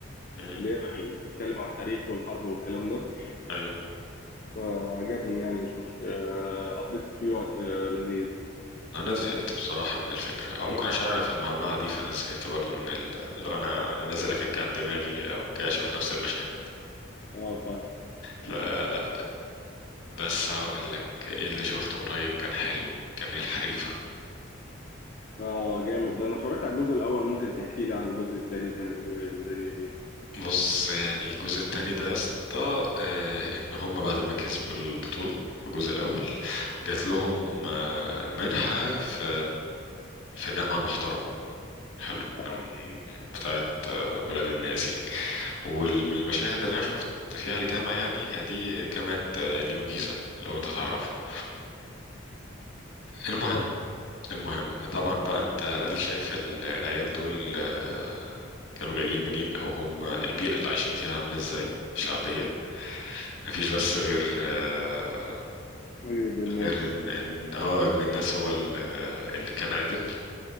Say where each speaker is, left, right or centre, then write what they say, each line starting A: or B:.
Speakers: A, on the left; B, on the left.
A: امم
B: اللي هي بتتكلم عن التاريخ والحرب والكلام ده
A: ايوه
B: فعجبني يعني مش مشكلة آه، قضيت فيه وقت آه، لذيذ
A: انا زهقت بصراحه من الفكره او ممكن عشان انا في المعمعه دي فانا زهقت برضو من ال- اللي هو انا أنا نازل افك عن دماغي او جاي اشوف نفس المشاهد
B: اه
A: فلا بس هقول لك ايه اللي شفته قريب كان حلو كان الحريفه
B: اه جامد ده انا اتفرجت على الجزء الاول ممكن تحكي لي عن الجزء الثاني كان ايه الدنيا فيه
A: بص يعني الجزء التاني ده يا اسطى آه، ان هم بعد ما كسبوا البطوله في الجزء الاول جات لهم آه، منحه في في جامعه محترمه حلو
B: اه
A: من بتاعه ولاد الناس يعني والمشاهد اللي انا شفت فيها الجامعة يعني هي دي جامعة آه، نيو جيزة لو انت تعرفها المهم
B: اه طبعا
A: المهم طبعا بقى انت ادي شايف ال- العيال دول آه، كانوا جايين منين او هم البيئة اللي عايشين فيها عاملة ازاي شعبية مفيش بس غير آه،
B: مجلد الناس
A: غير ان ان اه ابن الناس هو ال- آه، اللي كان عدل